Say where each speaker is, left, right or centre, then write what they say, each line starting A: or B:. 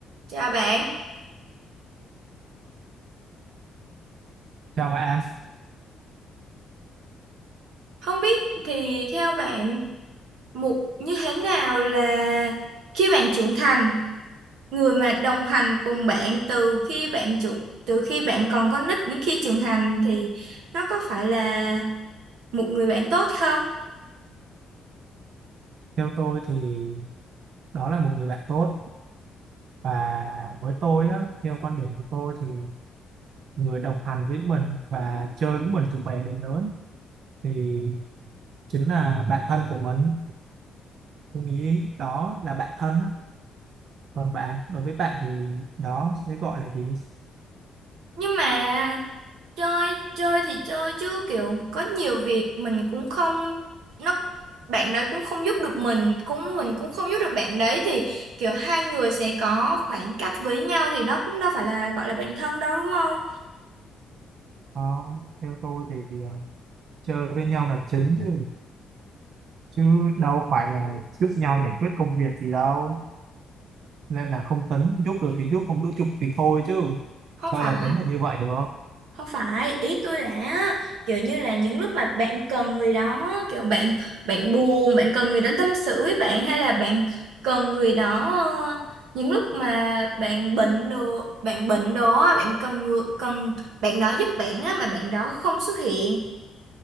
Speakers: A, on the right (about 80°); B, on the right (about 65°).
A: Chào bạn,
B: Chào bạn,
A: không biết thì theo bạn một như thế nào là khi bạn trưởng thành, người mà đồng hành cùng bạn từ khi bạn trưởng từ khi bạn còn con nít đến khi trưởng thành thì nó có phải là một người bạn tốt không?
B: theo tôi thì đó là một người bạn tốt và với tôi á, theo quan điểm của tôi thì người đồng hành với mình và chơi với mình từ bé đến lớn thì chính là bạn thân của mình. Tôi nghĩ đó là bạn thân á. Còn bạn, đối với bạn thì đó sẽ gọi là gì?
A: Nhưng mà chơi chơi thì chơi chứ kiểu có nhiều việc mình cũng không nó bạn đấy cũng không giúp được mình cũng mình cũng không giúp được bạn đấy thì kiểu hai người sẽ có khoảng cách với nhau thì đó cũng đâu phải là gọi là bạn thân đâu đúng không
B: Ờ, theo tôi thì ờ, chơi với nhau là chính chứ, chứ đâu phải là giúp nhau giải quyết công việc gì đâu. Nên là không tính, giúp được thì giúp, không giúp chụp thì thôi chứ.
A: không
B: Sao
A: phải
B: là tính là như vậy được
A: không phải ý tôi là á, kiểu như là những lúc mà bạn cần người đó kiểu bạn bạn buồn bạn cần người đó tâm sự với bạn hay là bạn cần người đó ờ, những lúc mà bạn bệnh đồ bạn bệnh đồ á, bạn cần ngừa- cần bạn đó giúp bạn á mà bạn đó không xuất hiện